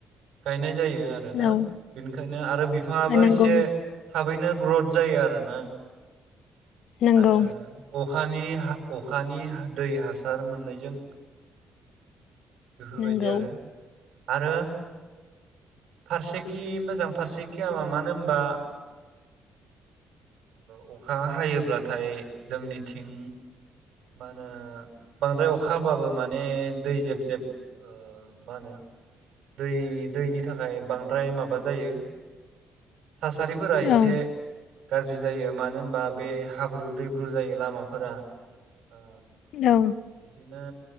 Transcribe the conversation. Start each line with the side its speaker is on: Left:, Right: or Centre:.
Right: गायनाय जायो। आरोना।
Left: औ
Right: बेनिखायनो आरो बिफाङाबो
Left: नंगौ
Right: एसे थाब थाबैनो ग्रथ जायो आरोना।
Left: नंगौ
Right: आङो अ अखानि हा अखानि हा दै हासार मोननायजों बेफोरबायदि
Left: नंगौ
Right: आरो। आरो फारसेखि मोजां फारसेखि हामा मानो होनबा ओ अखा हायोब्लाथाय जोंनिथिं मा होनो बांद्राय अखा हाबाबो माने दै जेब जेब ओ मा होनो दै दैनि थाखाय बांद्राय माबा जायो। थासारिफोरा इसे
Left: औ
Right: गाज्रि जायो मानो होनबा बे हाब्रु दैब्रु जायो लामाफोरा ओ
Left: औ
Right: बिदिनो